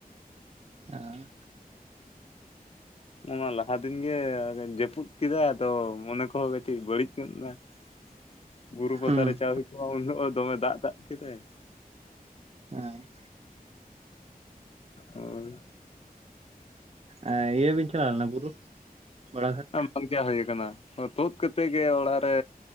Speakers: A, on the right; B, on the left.
A: ᱟᱸᱻ
B: ᱱᱚᱣᱟ ᱞᱟᱦᱟ ᱫᱤᱱᱜᱮ ᱟᱨᱮ ᱡᱟᱹᱯᱩᱫ ᱠᱮᱫᱟ ᱟᱫᱚ ᱢᱚᱱᱮ ᱠᱚᱦᱚᱸ ᱠᱟᱹᱴᱤᱡ ᱵᱟᱹᱲᱤᱡ ᱧᱚᱜ ᱱᱟ᱾ <inaudible> ᱵᱩᱨᱩ ᱯᱟᱛᱟ
A: ᱦᱩᱸ
B: ᱨᱮ ᱪᱟᱣ ᱦᱩᱭᱩᱜ ᱠᱚᱜ-ᱟ ᱩᱱ ᱦᱤᱞᱳᱜ ᱦᱚᱸ ᱫᱚᱢᱮ ᱫᱟᱜ ᱫᱟᱜ ᱠᱮᱫᱟᱭ᱾
A: ᱮᱸᱻ
B: ᱟᱨ᱾
A: ᱟᱨ ᱤᱭᱟᱹ ᱵᱤᱱ ᱪᱟᱞᱟᱣ ᱞᱮᱱᱟ ᱵᱩᱨᱩ? ᱵᱟᱲᱟᱜᱷᱟᱴ?
B: ᱵᱟᱧᱪᱟᱣ ᱦᱩᱭ ᱟᱠᱟᱱᱟ ᱛᱩᱫ ᱠᱟᱛᱮᱫ ᱜᱮ ᱚᱲᱟᱜ ᱨᱮ